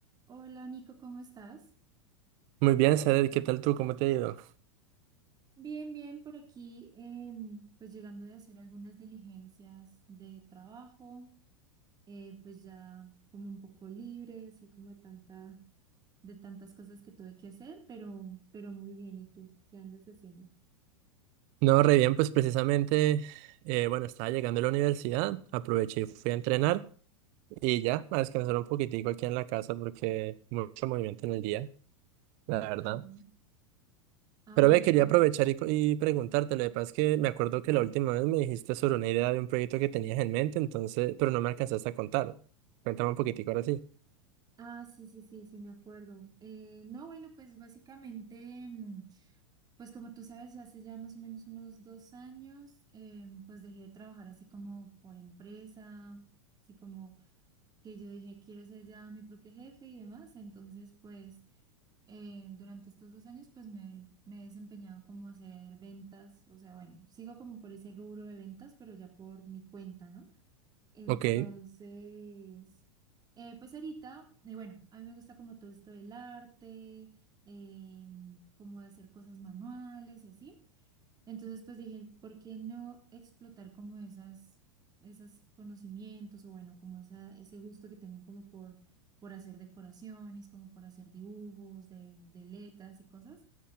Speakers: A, on the right; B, on the right.
A: Hola Nico, ¿cómo estás?
B: Muy bien, Sader, ¿qué tal tú? ¿Cómo te ha ido?
A: Bien, bien, por aquí, em, pues llegando de hacer algunas diligencias de trabajo, eh, pues ya como un poco libre, así como de tanta, de tantas cosas que tuve que hacer, pero, pero muy bien. ¿Y tú qué andas haciendo?
B: No, re bien, pues precisamente, eh, bueno, estaba llegando a la universidad, aproveché y fui a entrenar y ya, a descansar un poquitico aquí en la casa porque mucho movimiento en el día, la verdad.
A: Ah, ah,
B: Pero
A: bueno,
B: ve, quería
A: bueno.
B: aprovechar y, co- y preguntarte, lo que pasa es que me acuerdo que la última vez me dijiste sobre una idea de un proyecto que tenías en mente, entonces, pero no me alcanzaste a contar. Cuéntame un poquitico ahora sí.
A: Ah, sí, sí, sí, sí, me acuerdo. Eh, no, bueno, pues básicamente, mm, pues como tú sabes, hace ya más o menos unos dos años, eh, pues dejé de trabajar así como por empresa, así como que yo dije, quiero ser ya mi propio jefe y demás. Entonces, pues eh, durante estos dos años, pues me, me he desempeñado como a hacer ventas, o sea, bueno, sigo como por ese rubro de ventas, pero ya por mi cuenta, ¿no? Entonces,
B: Ok.
A: eh, pues ahorita, eh, bueno, a mí me gusta como todo esto del arte, em, como hacer cosas manuales y así. Entonces, pues dije, ¿por qué no explotar como esas, esos conocimientos o bueno, como esa, ese gusto que tengo como por, por hacer decoraciones, como por hacer dibujos de, de letras y cosas?